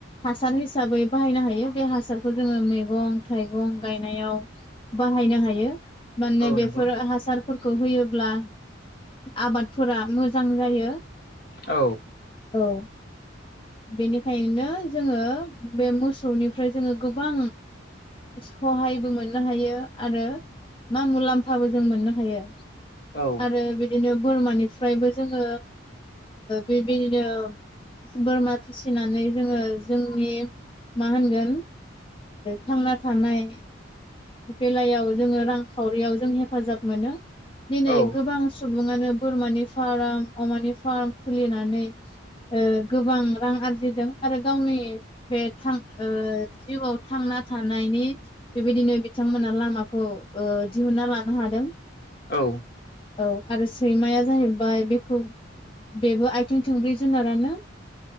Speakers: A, on the left; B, on the left.
A: हासार हिसाबै बाहायनो हायो बे हासारखौ जोङो मैगं थाइगं गायनायाव बाहायनो हायो माने
B: औ
A: बेफोर
B: नंगौ
A: हासारफोरखौ होयोब्ला आबादफोरा मोजां जायो
B: औ
A: औ बेनिखायनो जोङो बे मोसौनिफ्राय जोङो गोबां सहायबो मोननो हायो आरो मा मुलामफाबो जों मोननो हायो।
B: औ
A: आरो बिदिनो बोरमानिफ्रायबो जोङो बेबायदिनो बोरमा फिसिनानै जोङो जोंनि मा होनगोन थांना थानाय बेलायाव जोङो रांखावरियाव जों हेफाजाब मोनो दिनै
B: औ
A: गोबां सुबुं सुबुङानो बोरमानि फार्म अमानि फार्म खुलिनानै ओ गोबां रां आर आरजिदों आरो गावनि बे जिउआव थांना थानायनि बेबायदिनो बिथांमोना लामाखौ दिहुनना लानो हादों।
B: औ
A: औ आरो सैमाया जाहैबाय बेखौ बेबो आथिं थोंब्रै जुनारानो